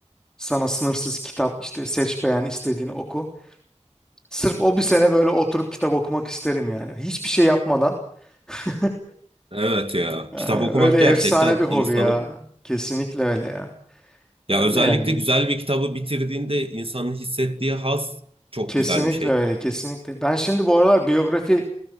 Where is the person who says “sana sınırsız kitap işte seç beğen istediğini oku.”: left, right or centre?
Centre